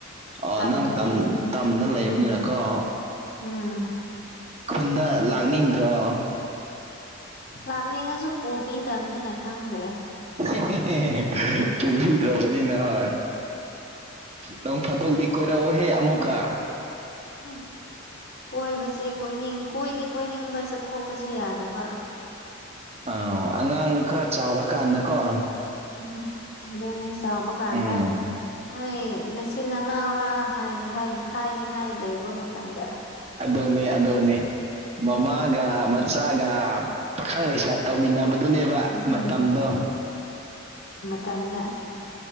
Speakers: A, on the right; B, on the left.
A: ꯑ
B: ꯇꯝꯗ
A: ꯅꯪ ꯇꯝ
B: ꯂꯩꯕꯅꯤꯅ
A: ꯇꯝꯗ
B: ꯎꯝ
A: ꯂꯩꯕꯅꯤꯅꯀꯣ
B: ꯎꯝ
A: ꯈꯨꯟꯗ ꯂꯥꯛꯅꯤꯡꯗ꯭ꯔꯣ
B: ꯂꯥꯛꯅꯤꯡꯉꯁꯨ ꯄꯨꯕꯤꯗꯕꯅꯤꯅ ꯈꯪꯗ꯭ꯔꯦ
A: ꯍꯦ ꯍꯦ <unintelligible> ꯍꯦ ꯄꯨꯕꯤꯗ꯭ꯔꯕꯅꯤꯅ ꯍꯣꯏ ꯅꯣꯡ ꯐꯥꯗꯣꯛꯗꯤ ꯀꯣꯏꯔꯛꯑꯣꯍꯦ ꯑꯃꯨꯛꯀ
B: ꯎꯝ <unintelligible> ꯀꯣꯏꯕꯁꯦ ꯀꯣꯏꯅꯤꯡ ꯀꯣꯏꯗꯤ ꯀꯣꯏꯅꯤꯡꯕ ꯆꯠꯊꯣꯛꯄꯁꯦ ꯌꯥꯗꯕ
A: ꯑꯥ ꯑꯉꯥꯡ ꯈꯔ ꯆꯥꯎꯔ ꯀꯥꯟꯗꯀꯣ
B: <unintelligible> ꯁꯥꯕ ꯀꯥꯟꯗ
A: ꯎꯝ
B: ꯅꯣꯏ ꯅꯆꯤꯟ ꯅꯅꯥꯎꯔꯥ ꯍꯥꯏ ꯍꯥꯏ ꯍꯥꯏꯅꯤꯡꯉꯥꯏ ꯂꯩꯕ ꯃꯇꯝꯗ
A: ꯑꯗꯨꯅꯤ ꯑꯗꯨꯅꯤ ꯃꯃꯥꯒ ꯃꯆꯥꯒ ꯄꯥꯈꯪ ꯂꯩꯁꯥ ꯇꯧꯃꯤꯟꯅꯕ ꯑꯗꯨꯅꯦꯕ
B: ꯎꯝ
A: ꯃꯇꯝꯗꯣ
B: ꯇꯝꯗ